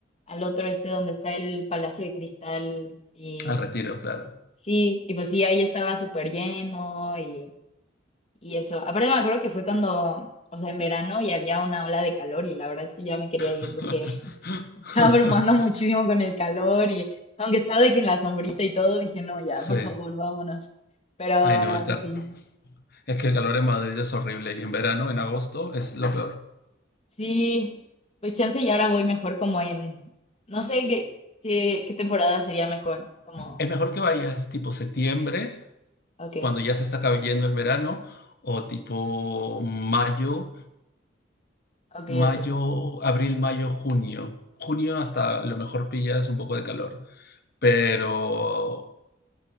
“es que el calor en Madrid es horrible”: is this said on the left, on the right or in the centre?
Left